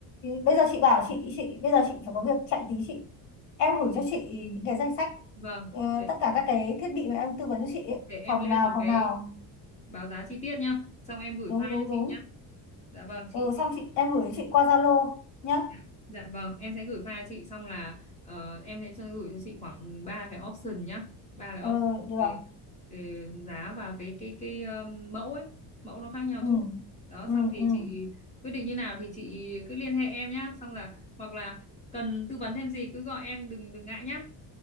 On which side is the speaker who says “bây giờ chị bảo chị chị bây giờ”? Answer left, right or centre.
Left